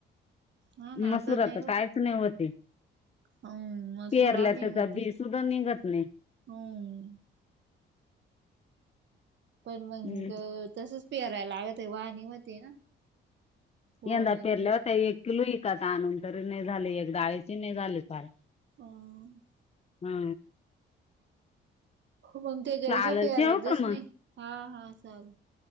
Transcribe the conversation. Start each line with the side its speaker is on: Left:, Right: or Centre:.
Right: हा ना
Left: मसूरा
Right: आता नाही
Left: तर
Right: होत
Left: कायच नाही होते.
Right: हम्म मसुरा
Left: पेरल्या
Right: नाही
Left: त्याचा
Right: होती.
Left: बी सुद्धा निघत नाही.
Right: हम्म. पण मंग
Left: हम्म.
Right: तसच पेरायला लागत आहे वाहनी मती ना. हो
Left: यंदा
Right: नाही
Left: पेरल्यावरता
Right: तर
Left: एक किलो विकात आणनून तरी नाही झाले एक जाळी. तिनी झाली फार
Right: ह
Left: हा.
Right: मग त्याच्यापेक्षा
Left: चालेल
Right: पेरवायचंच
Left: ठेवू का मग
Right: नाही हा हा चाल.